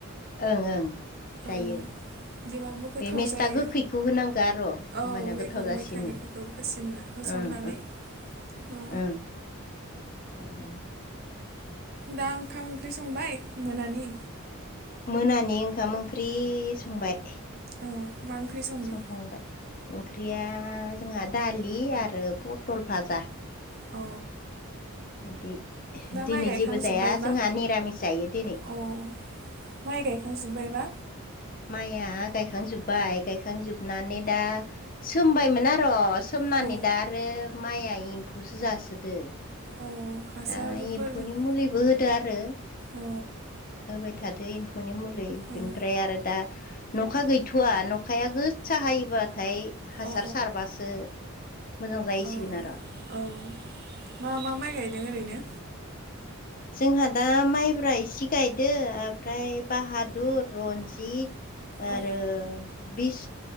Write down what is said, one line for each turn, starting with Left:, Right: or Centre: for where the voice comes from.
Left: ओं ओं। जायो
Right: औ जबाबबो गोथाव
Left: बे मेस्था
Right: जायो
Left: गोखैखौ होनांगौ आर' होमबाना
Right: औ
Left: गोथाव
Right: बेखौ
Left: जासिनो
Right: मैथा गोखैखौ होसिनना। होसननानै
Left: ओं
Right: औ
Left: ओं <inaudible>
Right: दा ओंखाम ओंख्रि संबाय मोनानि।
Left: मोनानि ओंखाम ओंख्रि संबाय।
Right: औ मा ओंख्रि संदों?
Left: संखांबाय ओंख्रिया जोंहा दालि आरो पटल भाजा।
Right: अ
Left: दि
Right: दा
Left: दिनै
Right: माइ गायखांजोब्बायबा
Left: जेबो जाया जोंहा निरामिस जायो दिनै।
Right: अ माइ गायखांजोब्बायबा?
Left: माइया गायखांजोब्बाय गायखांजोबनानै दा सोमबायमोन र' सोमनानै
Right: अ
Left: दा आरो माइआ एम्फौसो जासोदो।
Right: अ हासारफोर
Left: दा एम्फौनि
Right: अ
Left: मुलिबो होदो आरो
Right: औ
Left: होबाय थादो एम्फौनि मुलि।
Right: उम
Left: बेनिफ्राय आरो दा नखा गैथ'वा नखाया गो स हायोबा नाथाय हासार
Right: अ
Left: सारबासो मोजां जाहैसिगोन
Right: औ
Left: आर'।
Right: औ मा मा माइ गायदों ओरैनो?
Left: जोंहा दा माइब्रा इसे गायदो ओमफ्राय बाहादुर रनजित। आरो
Right: औ
Left: बिस